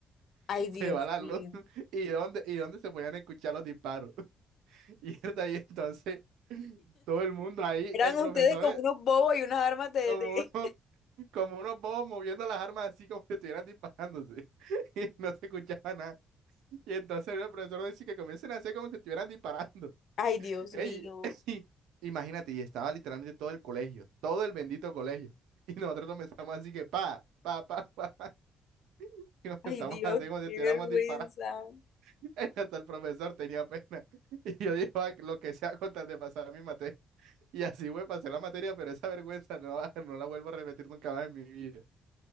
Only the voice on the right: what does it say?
<laughs>
Se va la
luz. <laughs> ¿Y dónde, y dónde se podían escuchar los disparos? <laughs> Y ahí entonces, todo el mundo ahí,
el
profesor
eh,
como
uno, como unos bobos moviendo las armas así como que estuvieran disparándose. <laughs> Y no se escuchaba nada Y entonces el profesor dice que comiencen a hacer como si estuvieran disparando.
Ey,
<laughs> y imagínate, y estaba literalmente todo el colegio, todo el bendito colegio. Y nosotros comenzamos así que pa, pa, pa, pa. <laughs> Y comenzamos
a hacer como si
estuviéramos
disparando. <laughs> Hasta el profesor tenía pena. Y yo digo "Ah, lo que sea con tal de pasar mi materia. Y así, güey, pasé la materia, pero esa vergüenza no, la- <laughs> no la vuelvo a repetir nunca más en mi vida.